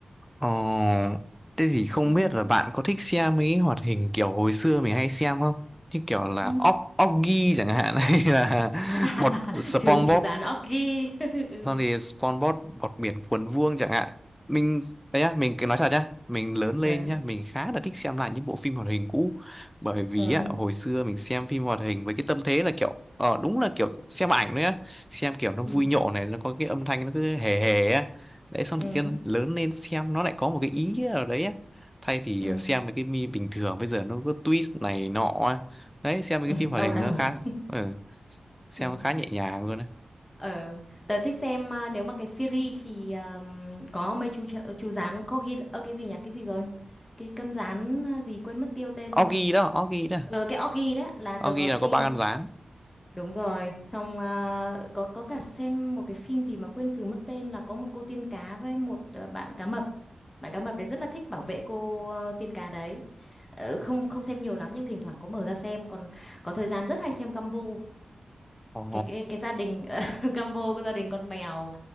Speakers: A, in the centre; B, on the left (about 20°).
A: Ờ, thế thì không
B: ừ
A: biết là bạn có thích xem mấy cái hoạt hình kiểu hồi xưa mình hay xem không? Như kiểu là
B: ừ
A: Oggy chẳng hạn <laughs> hay là
B: <laughs>
A: bọt SpongeBob
B: trừ trừ dán Oggy <laughs> ừ
A: xong thì SpongeBob bọt biển cuốn vuông chẳng hạn mình đấy á mình cứ nói thật nhá mình lớn lên
B: ừ
A: nhá mình khá là thích xem lại những bộ phim hoạt hình cũ bởi vì
B: ừ
A: á hồi xưa mình xem phim hoạt hình với cái tâm thế là kiểu ờ đúng là kiểu xem ảnh nữa xem kiểu nó vui
B: ừ
A: nhộn này nó có cái âm thanh nó cứ hề hề á đấy xong
B: ừ
A: thì kia lớn lên xem nó lại có một cái ý nào đấy á thay thì
B: ừ
A: ờ, xem mấy cái mi bình thường bây giờ nó có twist này nọ á. đấy xem mấy
B: ừ
A: cái phim hoạt
B: đau
A: hình
B: đầu
A: nó khá ừ, xem
B: Ừ.
A: khá nhẹ nhàng luôn á
B: Ờ, tớ thích xem à, nếu mà cái series thì um, có mấy chú chợ- chú rán corgi ơ cái gì nhỉ? Cái gì rồi? Cái con rán à, gì quên mất tiêu tên
A: Oggy
B: rồi.
A: đó Oggy đó
B: Ờ cái Corgi đấy là tớ
A: Nó ghi
B: có
A: là
B: xem.
A: có ba con gián
B: Đúng rồi, xong à, có có cả xem một cái phim gì mà quên sử mất tên là có một cô tiên cá với một à, bạn cá mập. Bạn cá mập đấy rất là thích bảo vệ cô à, tiên cá đấy. Ờ, không không xem nhiều lắm nhưng thỉnh thoảng có mở ra xem còn có thời gian rất hay xem Gumball
A: Ồ,
B: cái cái, cái gia đình <laughs> combo của gia đình con mèo